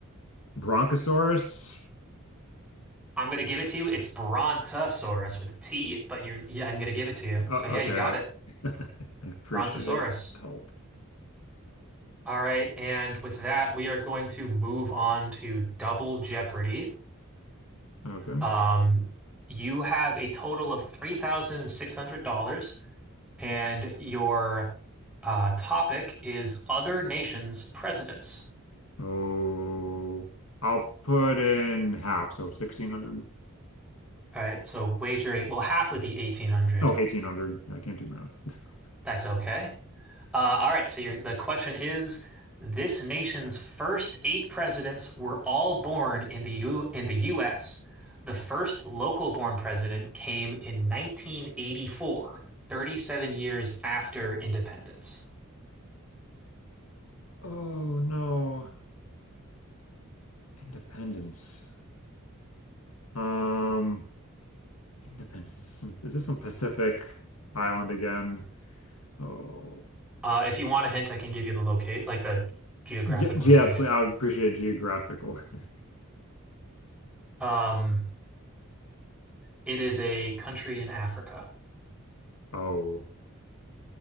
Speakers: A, on the left; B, in the centre.
A: Bronchosaurus?
B: I'm gonna give it to you. It's Brontosaurus with a T, but you're yeah, I'm gonna give it to you. So
A: Uh,
B: yeah, you
A: okay,
B: got it.
A: <laughs> I appreciate
B: Brontosaurus.
A: help.
B: All right, and with that, we are going to move on to Double Jeopardy.
A: Okay.
B: Um, you have a total of $3,600, and your uh, topic is other nations' presidents.
A: Oh, I'll put in half, so 1600.
B: All right, so wagering, well, half would be 1800.
A: Oh, 1800. I can't do math. <laughs>
B: That's okay. Uh, all right, so your, the question is, this nation's first eight presidents were all born in the U, in the US. The first local-born president came in 1984, 37 years after independence.
A: Oh no. Independence. Um, Independence. Is this some, is this some Pacific island again? Oh,
B: Uh, if you want a hint, I can give you the locate, like the geographic
A: Ge-
B: location.
A: yeah, pl- I would appreciate a geographical. <laughs>
B: Um, it is a country in Africa.
A: Oh,